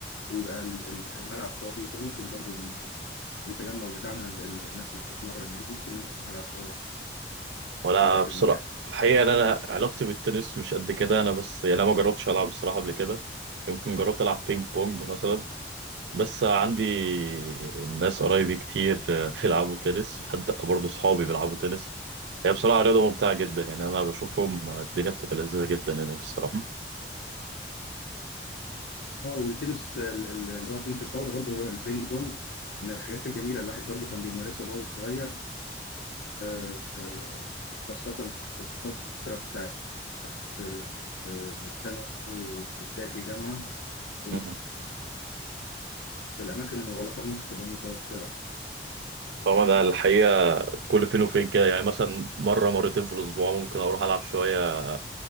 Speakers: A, on the left; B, on the right.
A: ويبقى ال- ال- الملعب فاضي فممكن برضو التجمع بتاعنا ال- ال- الناس اللي بتتمرن يعني ممكن ننزل نلعب سوا
B: وانا
A: في الوقت
B: بصراحة
A: المتاح
B: الحقيقة إن انا علاقتي بالتنس مش قد كده انا بس يعني انا ما جربتش العب بصراحة قبل كده يمكن جربت العب بينج بونج مثلا بس عندي ناس قرايبي كتير آه، بيلعبوا تنس وحتى برضه صحابي بيلعبوا تنس هي بصراحة رياضة ممتعة جدا يعني أنا بشوفهم آه، الدنيا بتبقى لذيذة جدا هناك الصراحة
A: اه والتنس ال- ال- اللي هو تنس الطاولة برضو اللي هو البينج بونج من الحاجات الجميلة الواحد برضو كان بيمارسها وهو صغير آه، آه، خاصة في الفترة بتاعت آه، آه، ثانوي وبداية الجامعة كنت
B: مم.
A: في الأماكن المغلقة ممكن تبقى متوفرة
B: هو أنا الحقيقة كل فين وفين كده يعني مثلا مرة مرتين في الأسبوع ممكن أروح ألعب شوية